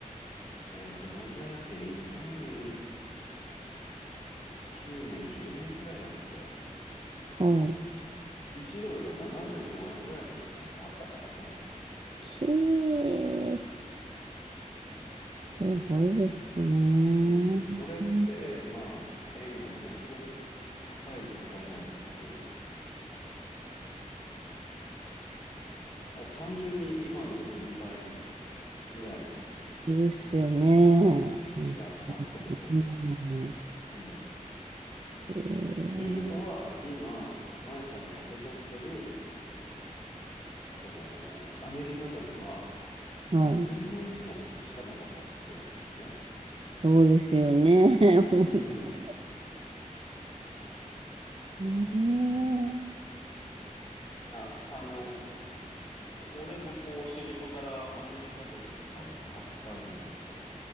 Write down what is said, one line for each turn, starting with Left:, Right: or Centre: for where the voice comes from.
Left: えっと、どんぐらいだっけ ?2009 年、10年ぐらいだっけ
Right: はい。
Left: ?1 ドルが75円ぐらいの時代があったからね。
Right: きすごいですね。
Left: うん、それって、
Right: うん、
Left: まあ、円がものすごく高い状態なんだけど、だから単純に今の2倍ぐらいの
Right: そうですよね。
Left: 価値があったってこと。
Right: うんうん
Left: うん。
Right: えー、
Left: ということは、今、舞さんが受け取ってる、その、アメリカドルは
Right: はい。
Left: 2分の1の価値しかなかったってことなんだけどね。
Right: そうですよね。<laughs> 本当。
Left: うん。
Right: ねえ。
Left: あ、あの、俺もこう仕事柄アメリカドルとかも扱うんだけど、